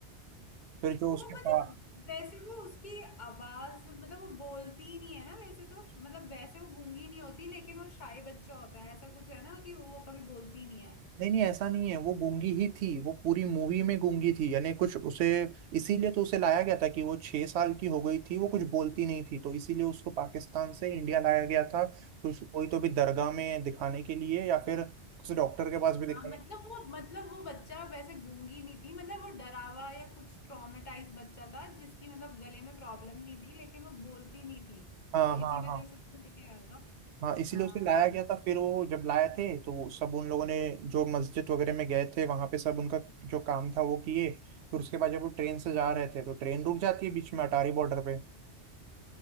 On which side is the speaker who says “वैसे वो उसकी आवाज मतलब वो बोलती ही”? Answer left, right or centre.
Left